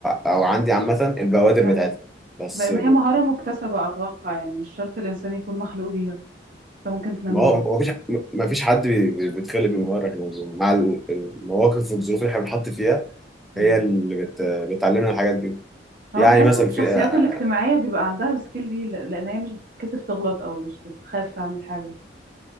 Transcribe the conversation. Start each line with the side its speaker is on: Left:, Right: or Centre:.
Centre: او عندي عامه البوادر
Right: ايوه
Centre: بتاعتها بس
Right: لان هي مهارة مكتسبة اتوقع يعني مش شرط الانسان يكون مخلوق بيها انت ممكن تنميها
Centre: ما هو ما فيش ما فيش حد بي- بي- بيتخلق من مره احنا مع ال- المواقف والظروف اللي احنا بنحط فيها
Right: مم.
Centre: هي اللي بت... بتعلمنا الحاجات دي
Right: هو
Centre: يعني
Right: بحس
Centre: مثلا
Right: في الشخصيات
Centre: في آه،
Right: الاجتماعية بيبقى عندها السكيل دي ل- لان هي مش بتتكسف تغلط او مش بتخاف تعمل حاجة